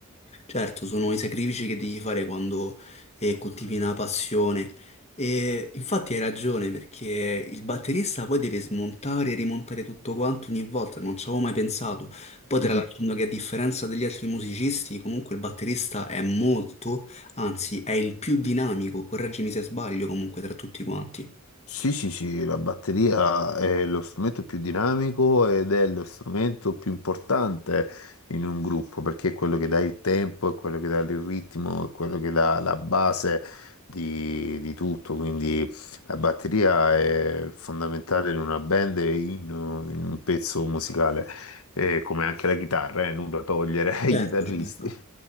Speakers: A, on the left; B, on the left.
A: Certo, sono i sacrifici che devi fare quando eh, coltivi una passione. E infatti hai ragione perché il batterista poi deve smontare e rimontare tutto quanto ogni volta, non ci avevo mai pensato. Poi tralasciando
B: <laughs>
A: che a differenza degli altri musicisti, comunque il batterista è molto, anzi è il più dinamico, correggimi se sbaglio comunque tra tutti quanti.
B: Sì, sì, sì, la batteria è lo strumento più dinamico ed è lo strumento più importante in un gruppo perché è quello che dà il tempo, è quello che dà il ritmo, è quello che dà la base di, di tutto. Quindi la batteria è fondamentale in una band e in, in un pezzo musicale, Eh, come anche la chitarra, eh, nulla da togliere ai
A: Certo,
B: chitarristi.
A: certo.